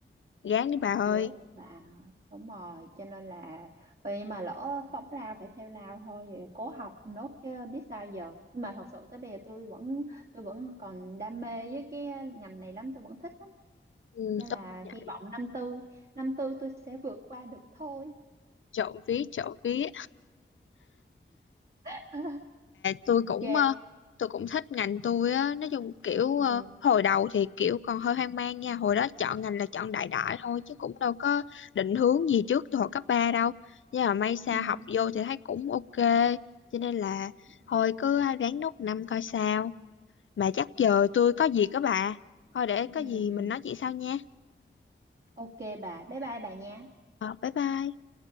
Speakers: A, on the left; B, on the right.
A: gán đi bà ơi.
B: dễ bà đúng rồi cho nên là ừ, nhưng mà lỡ phóng lao phải theo lao thôi vậy cố học nốt chứ biết sao giờ nhưng mà thật sự tới bây giờ tôi vẫn tôi vẫn còn đam mê với cái ngành này lắm tôi vẫn thích lắm
A: Ừ,
B: cho nên
A: tôi
B: là
A: vậy,
B: hy vọng năm tư năm tư tôi sẽ vượt qua được thôi
A: trộm vía trộm vía
B: <laughs>
A: tôi
B: ok
A: cũng ờ, tôi cũng thích ngành tôi á nói chung kiểu
B: ừ
A: ờ, hồi đầu thì kiểu còn hơi hoang mang nha hồi đó chọn ngành là chọn đại đại thôi chứ cũng đâu có định hướng gì trước từ hồi cấp 3 đâu nhưng mà may sao
B: ừ
A: học vô thì thấy cũng ok cho nên là
B: ừ ừ
A: thôi cứ ráng nốt năm coi sao mà chắc giờ tôi có việc đó bà thôi để có
B: ừ
A: gì
B: ừ
A: mình nói chuyện sau nha
B: Ok bà, bye bye bà nha.
A: Ờ, bye bye